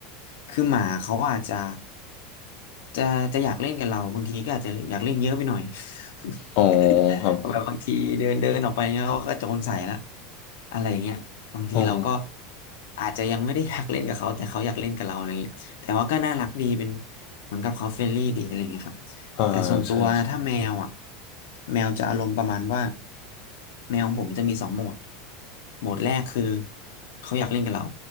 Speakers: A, on the left; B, on the left.
A: คือหมาเขาอาจจะจะจะอยากเล่นกับเรา บางทีก็อาจจะอยากเล่นเยอะไปหน่อย
B: อ๋อ
A: <laughs>
B: ครับ
A: แบบบางทีเดินเดินออกไปเงี้ยเขาก็โจรใส่ละอะไรอย่างเงี้ยบางทีเราก็
B: อ๋อ
A: อาจจะยังไม่ได้ <laughs> อยากเล่นกับเขาแต่เขาอยากเล่นกับเราอะไรอย่างงี้ แต่ว่าก็น่ารักดีเป็นเหมือนกับเขาเฟรนลี่ดีอะไรเงี้ยครับ
B: อ่าใช่ใช่
A: แต่ส่วนตัวถ้าแมวอ่ะแมวจะอารมณ์ประมาณว่าแมวของผมจะมีสองโหมดโหมดแรกคือเขาอยากเล่นกับเรา